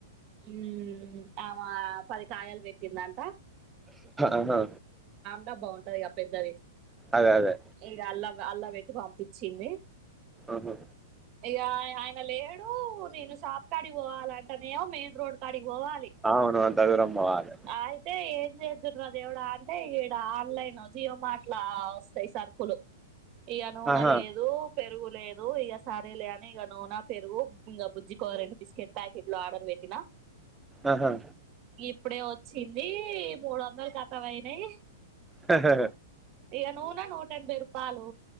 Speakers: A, on the right; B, in the centre.
A: హ్మ్మ్ ఆమ పది కాయలు పెట్టిందంట
B: ఆహా
A: ఇకా బాగుంటది ఇక పెద్దది
B: అదే అదే
A: ఇక అల్లా అల్లా పెట్టి పంపించింది
B: ఆహా
A: అయ్యా ఆయన లేడు నేను షాప్ కాడి పోవాలంటే నేమో మెయిన్ రోడ్ కాడికి పోవాలి
B: అవును అంత దూరం పోవాలే
A: అయితే ఏ ఏం చేద్దును రా దేవుడా అంటే ఈడ ఆన్లైన్ జియో మార్ట్ లో వస్తాయి సరుకులు ఇకనూనె
B: ఆహా
A: లేదు పెరుగు లేదు ఇక సరేలే అని ఇక నూనె పెరుగు ఇంక బుజ్జి కో రెండు బిస్కెట్ ప్యాకెట్లు ఆర్డర్ పెట్ టీనా
B: ఆహా
A: ఇప్పుడే వచ్చింది మూడు వందలు కతం అయినాయి
B: హహా
A: ఏ నూనె నూట ఎనభై రూపాలు